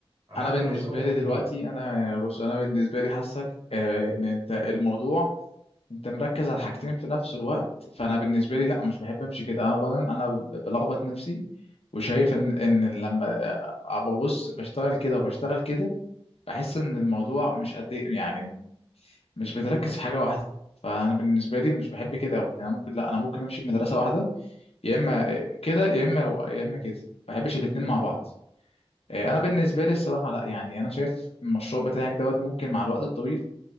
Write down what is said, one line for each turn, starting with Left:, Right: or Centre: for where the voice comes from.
Right: عملت
Left: انا بالنسبة
Right: مشروع واتنين
Left: لي دلوقتي انا يعني بص انا بالنسبة لي حاسك آه، ان انت الموضوع انت مركز على حاجتين في نفس الوقت فانا بالنسبة لي لا مش بحب امشي كده اولا انا ب- بلخبط نفسي وشايف ان ان لما آه، ببص بشتغل كده وبشتغل كده بحس ان الموضوع مش قد إيه، يعني مش بتركز في حاجة واحدة فانا بالنسبة لي مش بحب كده قوي انا ممكن لا انا ممكن امشي في مدرسة واحدة يا اما كده يا اما يا اما كده ما بحبش الاثنين مع بعض آه، انا بالنسبه لي الصراحه لا يعني انا شايف المشروع بتاعك دوت ممكن مع الوقت الطويل